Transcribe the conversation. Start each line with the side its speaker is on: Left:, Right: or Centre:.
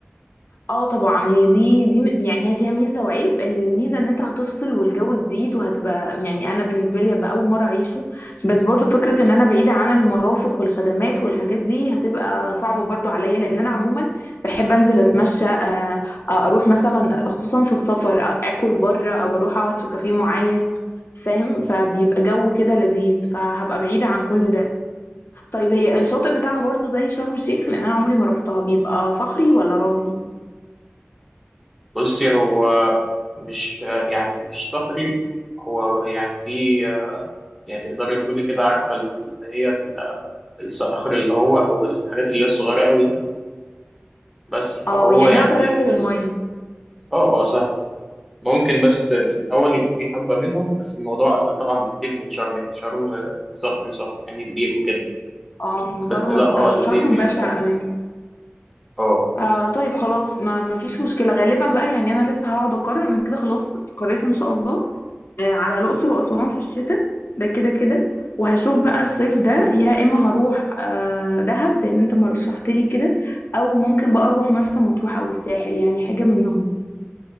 Left: اه طبعا هي دي دي م- يعني هي فيها ميزه وعيب الميزه ان انت هتفصل والجو جديد وهتبقى يعني انا بالنسبه لي هبقى اول مره اعيشه بس برضو فكره ان انا بعيده عن المرافق والخدمات والحاجات دي هتبقى صعبه برضو عليا لان انا عموما بحب انزل اتمشى آه، آه، اروح مثلا خصوصا في السفر آه، اكل بره او اروح اقعد في كافيه معين فاهم فبيبقى جو كده لذيذ فهبقى بعيده عن كل ده طيب هي الشاطئ بتاعها برضو زي شرم الشيخ لان انا عمري ما روحتها بيبقى صخري ولا رملي
Centre: بصي هو مش يعني مش صخري هو يعني في يعني تقدري تقولي كده عارفة اللي هي ال- الصخر اللي هو أو الحاجات اللي هي الصغيرة أوي دي بس فهو
Left: اه يعني
Centre: يعني
Left: اقدر انزل الميه
Centre: اه اه سهل ممكن بس في الأول يبقى في حبة منهم بس الموضوع أسهل طبعا بكتير من شرم يعني شرم آه، صخري صخري يعني كبير وكده
Left: اه
Centre: بس
Left: شرم
Centre: لا
Left: ب-
Centre: اه لذيذ
Left: شرم
Centre: يعني
Left: بشع
Centre: سهل
Left: قوي
Centre: اه
Left: آه طيب خلاص ما ما فيش مشكله غالبا بقى يعني انا لسه هقعد اقرر انا كده خلاص استقريت ان شاء الله آه على الاقصر واسوان في الشتاء ده كده كده وهشوف بقى الصيف ده يا اما هروح آه دهب زي ما انت ما رشحت لي كده او ممكن بقى اروح مرسى مطروح او الساحل يعني حاجه منهم